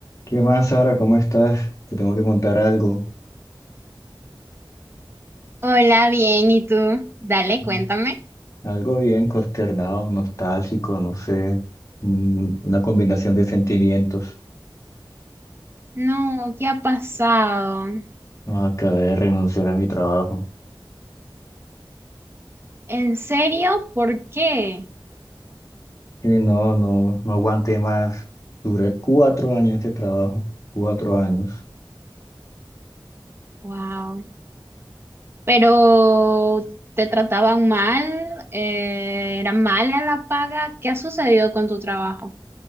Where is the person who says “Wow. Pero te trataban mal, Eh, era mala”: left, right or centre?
Right